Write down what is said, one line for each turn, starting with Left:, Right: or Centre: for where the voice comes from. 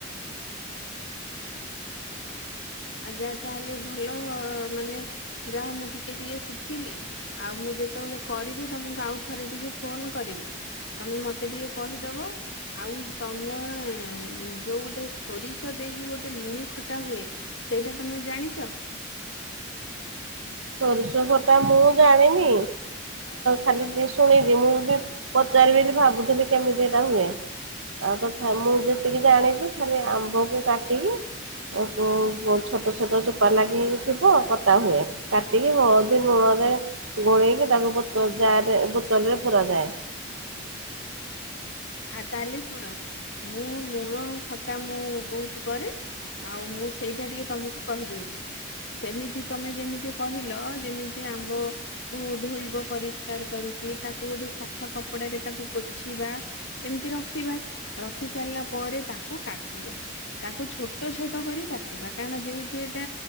Left: ହ ଆ ଯାହା ତାହେଲେ ଭଲ ମାନେ ଯାହା ମୁଁ ଟିକେ ଟିକେ ଶିଖିଲି ଆଉ ମୁଁ ଯେତେବେଳେ କରିବି ତମକୁ ଆଉ ଥରେ ଟିକେ ଫୋନ କରିବି ତମେ ମତେ ଟିକେ କହିଦବ ଆଉ ତମେ ଯୋଉ ଗୋଟେ ସୋରିଷ ଦେଇକି ଗୋଟେ ଲୁଣି ଖଟା ହୁଏ ସେଇଟା ତମେ ଜାଣିଛ?
Right: ସୋରିଷ ଖଟା ମୁଁ ଜାଣିନି ଖାଲି ଶୁଣିଛି ମୁଁ ବି ପଚାରିବି ବୋଲି ଭାବୁଥିଲି କେମିତି ଏଇଟା ହୁଏ ଆଉ ତଥା ମୁଁ ଯେତିକି ଜାଣିଛି ଖାଲି ଆମ୍ବକୁ କାଟିକି ଉ ଛୋଟ ଛୋଟ ଚୋପା ଲାଗି ଥିବ କଟା ହୁଏ କାଟିକି ହଳଦୀ ଲୂଣ ରେ ଗୋଳେଇକି ତାକୁ ବତୋଲ ଜାର ବୋତଲ ରେ ପୁରାଯାଏ।
Left: ଆ ତାହେଲେ ଶୁଣ ମୁଁ ଲୁଣ ଖଟା ମୁଁ ବହୁତ କରେ ଆଉ ମୁଁ ସେଇଟା ଟିକେ ତମକୁ କହିଦଉଛି ସେମିତି ତମେ ଯେମିତି କହିଲ ଯେମିତି ଆମ୍ବ କୁ ଧୋଇବ ପରିଷ୍କାର କରିକି ତାକୁ ଗୋଟେ ସଫା କପଡାରେ ତାକୁ ପୋଛିବା। ଏମିତି ରଖିବା ରଖି ସାରିଲା ପରେ ତାକୁ କାଟିବା ତାକୁ ଛୋଟ ଛୋଟ କରି କାଟିବା କାରଣ ଯେହେତୁ ଏଇଟା